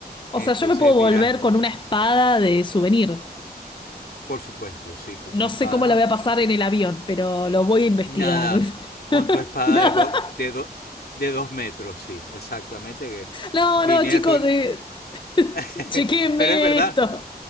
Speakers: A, on the left; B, on the left.
A: O
B: Entonces
A: sea, yo me puedo volver
B: dirás,
A: con una espada de souvenir.
B: por supuesto, sí, con
A: No
B: una espada
A: sé cómo la voy a pasar en el avión, pero lo voy a investigar.
B: Nada,
A: <laughs>
B: con tu espada
A: Nada.
B: de, do- de, do- de dos metros, sí, exactamente. Que
A: No,
B: vine
A: no, chicos,
B: a todo. el-
A: eh, <laughs>
B: <laughs>
A: chequenme
B: Pero es verdad,
A: esto.